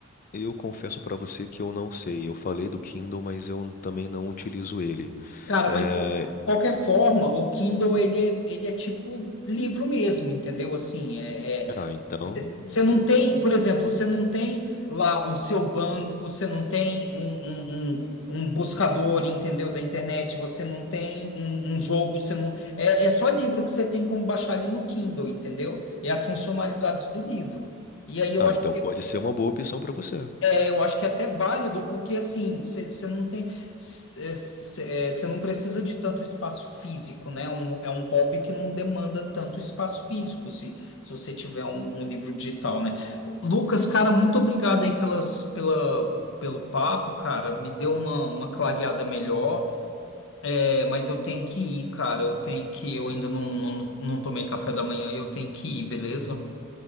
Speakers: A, on the left (about 40°); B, on the left (about 60°).
A: Eu confesso pra você que eu não sei. Eu falei do Kindle, mas eu também não utilizo ele.
B: Cara,
A: É,
B: mas de qualquer forma, o Kindle ele é, ele é tipo livro mesmo, entendeu? Assim, é,
A: Ah, então.
B: você não tem, por exemplo, você não tem lá o seu banco, você não tem um, um, um, um buscador, entendeu? Da internet, você não tem um, um jogo, você não. É, é só livro que você tem como baixar ali no Kindle, entendeu? E as funcionalidades do livro. E aí eu
A: Ah,
B: acho.
A: então pode ser uma boa opção pra você.
B: Eu acho que é até válido, porque assim, você não tem, você não precisa de tanto espaço físico, né? Um- é um hobby que não demanda tanto espaço físico, se, se você tiver um, um livro digital, né? Lucas, cara, muito obrigado aí pelas, pela, pelo papo, cara. Me deu uma, uma clareada melhor, É, mas eu tenho que ir, cara. Eu tenho que, eu ainda não, não, não tomei café da manhã, e eu tenho que ir, beleza?